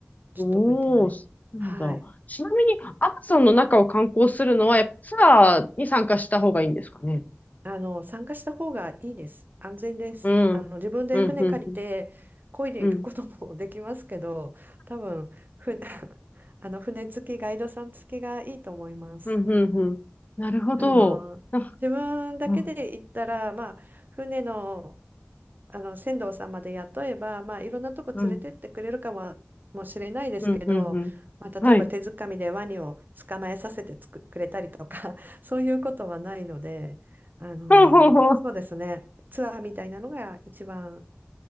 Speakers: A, on the right (about 50°); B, on the left (about 40°).
A: ちょっと覚えてない。
B: おー、そうなんだ。
A: はい。
B: ちなみに、アマゾンの中を観光するのは、やっぱツアーに参加した方がいいんですかね。
A: あの、参加した方がいいです。安全です。
B: うん。
A: あの、自分で船借りて、
B: うん、うん、うん。
A: 漕いでいくことも
B: うん、
A: <laughs> できますけど、多分、ふ、<laughs> あの、船付き、ガイドさん付きがいいと思います。
B: うん、うん。なるほど。
A: あの、
B: あ
A: 自分だけで行ったら、
B: うん、
A: まあ、船の、あの船頭さんまで雇えば、まあ、いろんなとこ連れてってくれるかも、
B: うん、
A: もしれないですけど、
B: うん、うん。うんはい。
A: まあ、例えば手づかみでワニを捕まえさせてつく、くれたりとか <laughs> そういうことはないので、あの、
B: <laughs> ほうほうほう。
A: そうですね、ツアーみたいなのが一番